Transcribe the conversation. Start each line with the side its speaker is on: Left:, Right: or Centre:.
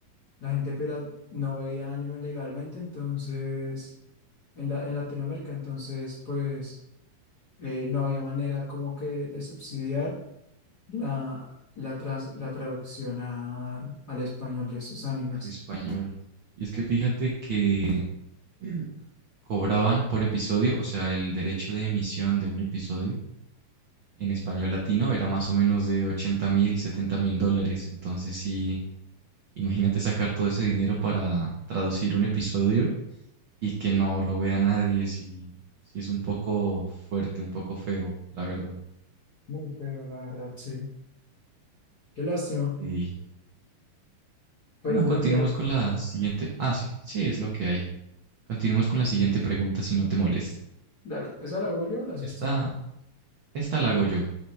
Left: La gente pirata no veía anime legalmente, entonces, en la, en Latinoamérica, entonces, pues, eh, no había manera como que de subsidiar la, la, tras- la traducción a- al español de esos animes.
Right: Al español. Y es que fíjate que <clears throat> cobraban por episodio, o sea, el derecho de emisión de un episodio en español latino era más o menos de 80 mil, 70 mil dólares. Entonces sí, Imagínate sacar todo ese dinero para traducir un episodio y que no lo vea nadie, si, si es un poco fuerte, un poco feo, la verdad.
Left: Muy feo, la verdad, sí. Qué lástima,
Right: Y
Left: pero
Right: bueno,
Left: es
Right: continuamos
Left: lo que hay.
Right: con la siguiente. Ah, sí, sí, es lo que hay. continuamos con la siguiente pregunta, si no te molesta.
Left: Dale, ¿esa la hago yo o la haces
Right: Esta,
Left: tú?
Right: esta la hago yo.